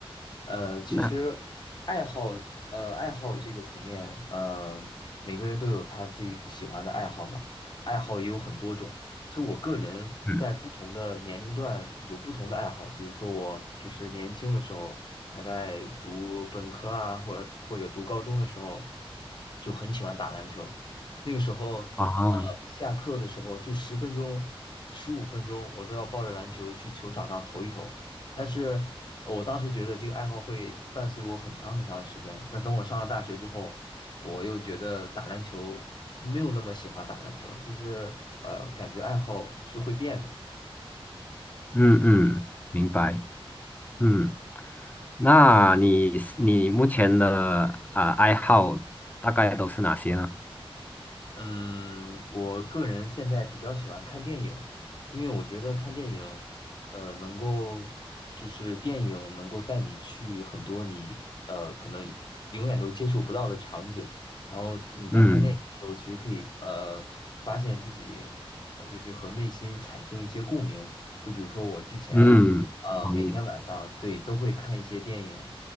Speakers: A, on the left (about 50°); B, on the left (about 15°).
A: 呃，其实爱好，
B: 那
A: 呃，爱好这个层面，呃，每个人都有他自己喜欢的爱好嘛，爱好也有很多种。所以我个人在不同的年龄段有不同的爱好，
B: 嗯
A: 比如说我就是年轻的时候，还在读本科啊，或者或者读高中的时候，就很喜欢打篮球。那个时候，
B: 啊，
A: 呃，下课的时候就十分钟、十五分钟，我都要抱着篮球去球场上投一投。但是我当时觉得这个爱好会伴随我很长很长的时间，但等我上了大学之后，我又觉得打篮球没有那么喜欢打篮球了，就是呃，感觉爱好是会变的。
B: 嗯嗯，明白，嗯，那你你目前的啊、爱好大概都是哪些呢？
A: 嗯，我个人现在比较喜欢看电影，因为我觉得看电影，呃，能够就是电影能够带你去很多你呃可能永远都接触不到的场景，然后你在看电影的时候，
B: 嗯
A: 其实可以呃发现自己呃就是和内心产生一些共鸣，就比如说我之前呃每天晚上对都会看一些电影，
B: 嗯，同意的